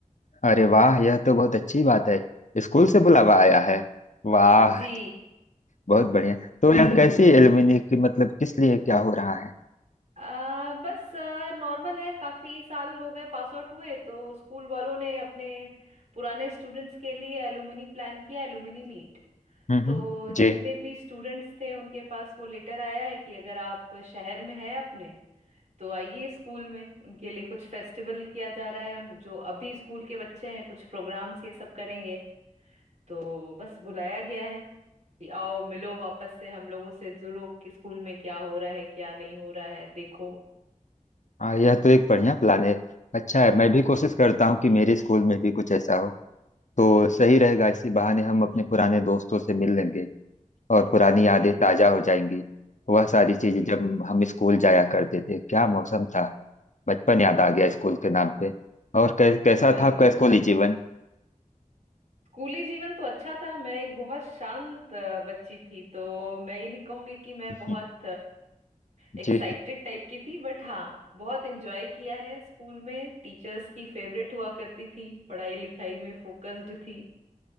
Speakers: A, on the left (about 65°); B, on the right (about 60°).
A: अरे वाह यह तो बहुत अच्छी बात है स्कूल से बुलावा आया है वाह
B: जी
A: बहुत बढ़िया तो यह कैसी एलुमनी की मतलब किस लिए क्या हो रहा है
B: आ, बस नॉर्मल है काफी साल हो गए पास आउट हुए तो स्कूल वालों ने अपने पुराने स्टूडेंट्स के लिए एलुमनी प्लान किया एलुमनी मीट
A: हम्म
B: तो
A: हम्म, जी
B: जितने भी स्टूडेंट्स थे उनके पास वो लेटर आया है कि अगर आप शहर में हैं अपने तो आइए स्कूल में उनके लिए कुछ फेस्टिवल किया जा रहा है उन- जो अभी स्कूल के बच्चे हैं कुछ प्रोग्राम्स ये सब करेंगे तो बस बुलाया गया है कि आओ मिलो वापस से हम लोगों से जुड़ो कि स्कूल में क्या हो रहा है क्या नहीं हो रहा है देखो
A: हाँ यह तो एक बढ़िया प्लान है अच्छा है मैं भी कोशिश करता हूँ कि मेरे स्कूल में भी कुछ ऐसा हो तो सही रहेगा इसी बहाने हम अपने पुराने दोस्तों से मिल लेंगे और पुरानी यादें
B: जी
A: ताजा हो जाएंगी वह सारी चीजें
B: जी
A: जब हम स्कूल जाया करते थे क्या मौसम था बचपन याद आ
B: हम्म
A: गया स्कूल के नाम पे और कै, कैसा
B: बिल्कुल
A: था आपका स्कूली जीवन
B: स्कूली जीवन तो अच्छा था मैं एक बहुत शांत अ, बच्ची थी तो मैं ये नहीं कहूंगी कि मैं
A: <laughs>
B: बहुत एक्साइटेड
A: जी
B: टाइप की थी बट हाँ बहुत एंजॉय किया है स्कूल में टीचर्स की फेवरेट हुआ करती थी पढ़ाई लिखाई में फोकस्ड थी